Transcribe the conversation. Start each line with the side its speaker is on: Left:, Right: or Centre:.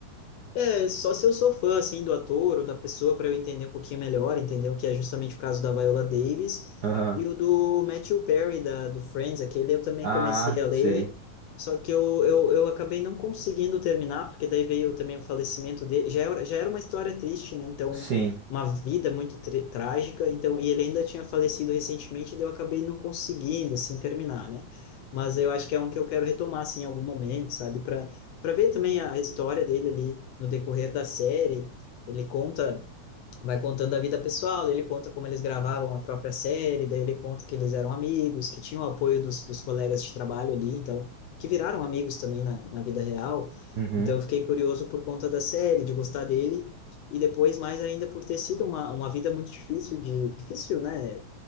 Left: É, só se eu sou fã, assim, do ator ou da pessoa para eu entender um pouquinho melhor, entendeu? Que é justamente o caso da Viola Davis.
Right: Aham.
Left: E o do Matthew Perry, da, do Friends, aquele eu também
Right: Ah,
Left: comecei a ler,
Right: sei.
Left: só que eu, eu, eu acabei não conseguindo terminar, porque daí veio também o falecimento dele. Já era, já era uma história triste, né? Então,
Right: Sim.
Left: uma vida muito tri- trágica. Então, e ele ainda tinha falecido recentemente, daí eu acabei não conseguindo, assim, terminar, né? Mas eu acho que é um que eu quero retomar, assim, em algum momento, sabe? Para para ver também a história dele ali no decorrer da série. Ele conta, vai contando a vida pessoal, ele conta como eles gravavam a própria série, daí ele conta que eles eram amigos, que tinham o apoio dos, dos colegas de trabalho ali, então, que viraram amigos também na, na vida real.
Right: Uhum.
Left: Então, eu fiquei curioso por conta da série, de gostar dele, e depois mais ainda por ter sido uma, uma vida muito difícil de, difícil, né?